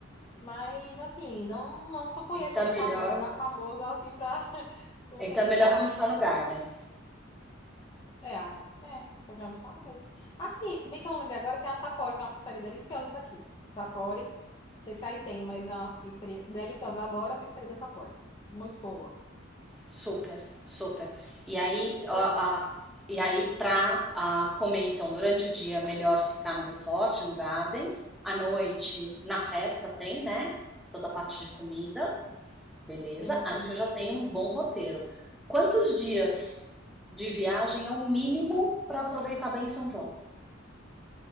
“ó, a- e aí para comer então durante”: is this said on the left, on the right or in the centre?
Centre